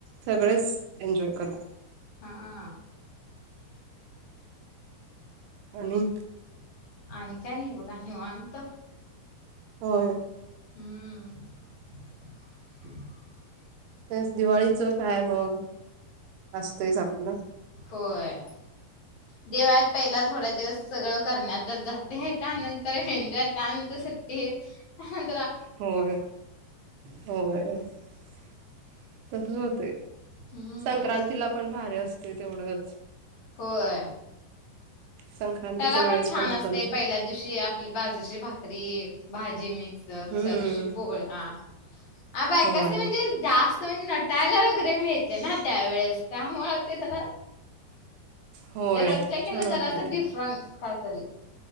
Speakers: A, on the right; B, on the left.
A: सगळच एन्जॉय करत.
B: हा हा
A: आणि
B: आणि काय नाही बघा निवांत.
A: होय.
B: हम्म <unintelligible>
A: तेच दिवाळीच काय मग असतच आपलं
B: होय दिवाळीत पहिला थोड्याच दिवस सगळं करण्यात जाते त्यानंतर एन्जॉय त्यानंतर सुट्टी त्यान
A: होय होय <inaudible> तसच होतय
B: हम्म.
A: संक्रांतीला पण भारी असत. ते तेवढंच
B: होय
A: संक्रांतीच्या
B: त्याला
A: वेळेस
B: पण छान
A: आपण
B: असते, पहिल्याच दिवशी आपली बाजूची भात भाकरी, भाजी मिक च
A: हम्म
B: दुसऱ्या दिवशी पोळ्या बायकसनी
A: होय
B: म्हणजे जास्त तुम्ही नटायला वगैरे मिळते ना त्यावेळेस त्यामुळे ते जरा
A: होय
B: जरोच्या कि
A: छान वाटते
B: जराचं
A: ते
B: डफरंट कायतरी